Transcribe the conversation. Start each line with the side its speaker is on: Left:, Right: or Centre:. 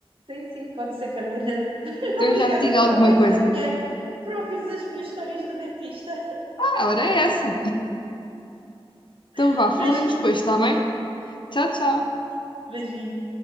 Right: Sim, sim, pode ser, Carolina. <laughs>
Left: Então
Right: Obrigada
Left: eu já te digo
Right: por
Left: alguma
Right: ouvires
Left: coisa.
Right: a minha, por ouvires as minhas histórias do dentista.
Left: Ah, ela era essa. Então
Right: <laughs>
Left: vá, falemos
Right: Beijinho,
Left: depois, está bem? Tchau, tchau.
Right: beijinho.